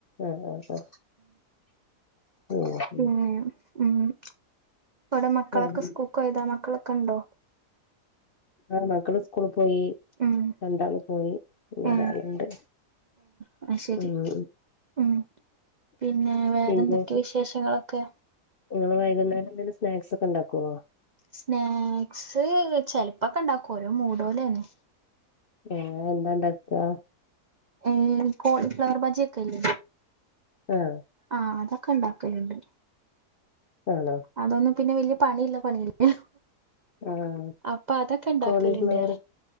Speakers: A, on the left (about 55°); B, on the right (about 55°).
A: ആഹ് ആഹ് ആഹ് ഉം
B: പിന്നെ ഉം ഇവിടെ മക്കളൊക്കെ
A: ആഹ്
B: സ്കൂക്ക് പോയതാ മക്കളൊക്കെ ഉണ്ടോ
A: ആഹ് മക്കള് സ്കൂള് പോയി
B: ഏഹ്
A: രണ്ടാള് പോയി പിന്നൊരാളിണ്ട്
B: ഏഹ് അത് ശരി
A: ഉം
B: ഉം പിന്നെ വേറെന്തൊക്കെ
A: പിന്നെ
B: വിശേഷങ്ങളൊക്കെ
A: നിങ്ങള് വൈകുന്നേരം എന്തേലും സ്നാക്സ് ഒക്കെ ഉണ്ടാക്കുവോ
B: സ്നാക്സ് ചെലപ്പക്കെ ഇണ്ടാക്കും ഓരോ മൂടോലന്നെ
A: ഏഹ് എന്താണ്ടാക്ക
B: ഏഹ് കോളിഫ്ലവർ ബജിയൊക്കെ ഇല്ലേ
A: ആഹ്
B: ആഹ് അതൊക്കെ ഇണ്ടാക്കലുണ്ട്
A: ആണോ
B: അതൊന്നും പിന്നെ വലിയ പണി ഇല്ല പണിയല്ലേ
A: ആഹ്
B: അപ്പൊ അതൊക്കെ ഉണ്ടാക്കലുണ്ട്
A: കോളിഫ്ലവർ